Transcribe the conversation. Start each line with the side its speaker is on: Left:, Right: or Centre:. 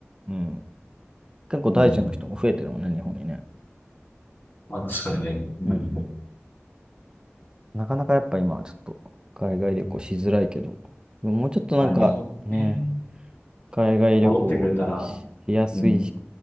Right: うん。結構タイ人の人も増えてるもんね、
Left: うん。
Right: 日本にね。
Left: まあ、確かにね。うん。
Right: うん。うんなかなかやっぱ今はちょっと海外旅行しづらいけど、ももうちょっとなんかね、
Left: まあ、日本ね。
Right: 海外旅行しやすい時、
Left: 戻ってくれたら、うん、